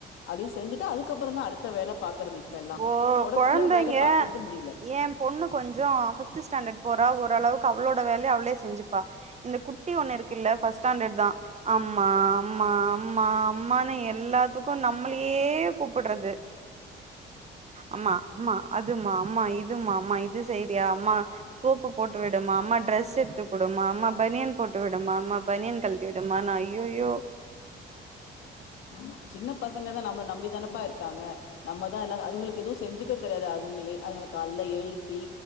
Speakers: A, on the left; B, on the right.
A: அப்டி செஞ்சுட்டு அதுக்கப்றோ தா அடுத்த வேல பாக்குறது இப்பல்லா
B: இப்போ
A: தொடர்ச்சியா
B: கொழந்தைங்க
A: வேல பாக்குறது முடியல
B: ஏ பொண்ணு கொஞ்சோ ஃபிப்த் ஸ்டாண்டர்ட் போறா ஓரளவுக்கு அவளோட வேலய அவளே செஞ்சுப்பா இந்த குட்டி ஒண்ணு இருக்கு இல்ல ஃபஸ்ட் ஸ்டாண்டர்ட் தா அம்மா அம்மா அம்மா அம்மானு எல்லாத்துக்கு நம்மளயே கூப்புட்றது அம்மா அம்மா அதுமா அம்மா இதுமா அம்மா இது செய்ரியா அம்மா சோப்பு போட்டு விடுமா அம்மா டிரெஸ் எடுத்துக்குடுமா அம்மா பனியன் போட்டு விடுமா அம்மா பனியன் கல் ட்டி விடுமா ஐய்யயோ
A: ஆமா சின்ன பசங்க தான் நம்மள நம்பி தனப்பா இருக்காங்க நம்மதா இல்ல அதுங்களுக்கு எதுவு செஞ்சுக்க தெரியாது அதுங்களே அதுங்கள கல்ல எழுப்பி